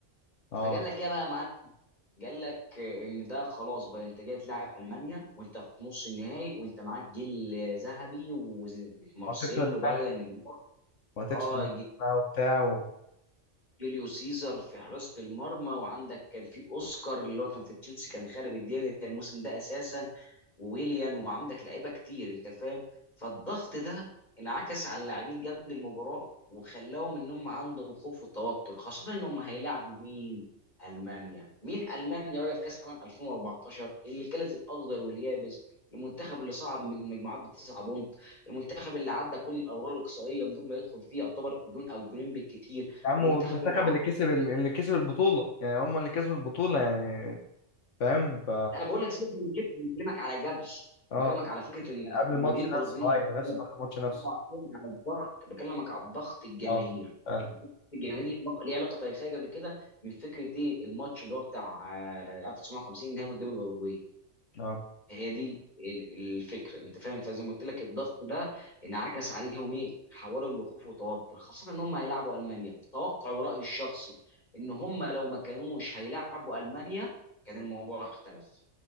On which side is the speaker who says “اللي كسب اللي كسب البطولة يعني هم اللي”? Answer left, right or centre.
Left